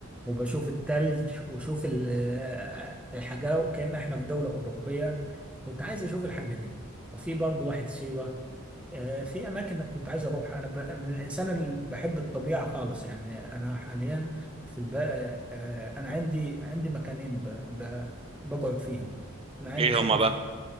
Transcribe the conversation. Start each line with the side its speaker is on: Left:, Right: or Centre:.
Centre: وبشوف التلج وشوف ال- آه، الحاجه وكأن احنا في دوله اوروبيه كنت عايز اشوف الحاجه دي وفي برضو واحد سيوه آه، في اماكن كنت عايز اروح انا ب... من الانسان اللي بحب الطبيعه خالص يعني انا حاليا في الب... آه، انا عندي عندي مكانين ب... ب... بقعد فيهم انا عندي
Right: إيه
Centre: سكن
Right: هما بقى
Centre: في